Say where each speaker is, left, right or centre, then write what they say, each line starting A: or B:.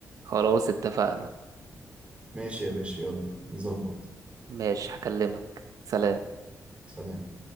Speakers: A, on the right; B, on the right.
A: خلاص اتفقنا
B: ماشي يا باشا يلا نظبط
A: ماشي هكلمك سلام
B: سلام